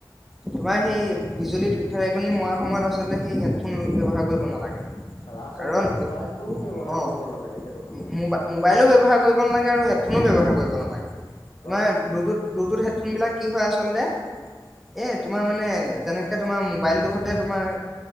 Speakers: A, in the centre; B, on the left.
A: তোমাৰ সেই বিজুলী ঢেৰকণী মৰা সময়ত আচলতে সেই হেডফোন ব্যৱহাৰ কৰিব নালাগে।
B: আচলতে
A: কাৰণ অ,
B: মোবাইলটোও ব্যৱহাৰ কৰিব
A: মোবাই
B: নালাগে সেইটো সময়ত
A: -মোবাইলো ব্যৱহাৰ কৰিব নালাগে আৰু হেড ফোনো ব্যৱহাৰ কৰিব নালাগে তোমাৰ
B: অ',
A: ব্লুুটুথ- ব্লুটুথ হেডফোন বিলাক কি হয় আচলতে এ তোমাৰ মানে যেনেকে তোমাৰ মোবাইল দুখতে তোমাৰ